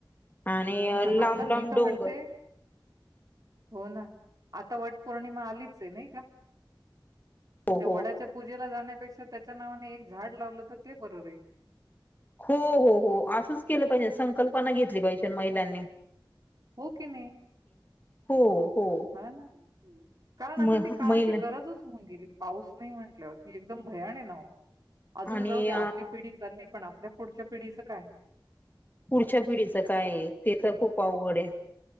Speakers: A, on the left; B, on the right.
A: आणि
B: हो ना
A: लांब
B: आता
A: लांब
B: मी तर
A: डोंगर
B: म्हणते, हो ना. आता वट पौर्णिमा आलीच आहे नाही का.
A: हो
B: त्या
A: हो
B: वड्याच्या पूजेला जाण्या पेक्षा त्याच्या नावाने एक झाड लावलं तर ते बरं राहील.
A: हो हो हो असंच केलं पाहिजे संकल्पना घेतली पाहिजे महिलांनी.
B: हो की नाही
A: हो हो
B: हं कारण आता
A: म
B: ती काळाची
A: महिला
B: गरजच होऊन गेली. पाऊस नाही म्हटल्यावरती एकदम भयान आहे ना वो. अजून
A: आणि
B: जाऊ दे आपली पिढी चालली पण. पुढच्या पिढीचं काय?
A: पुढच्या पिढीचं काय ते तर खूप आवड आहे.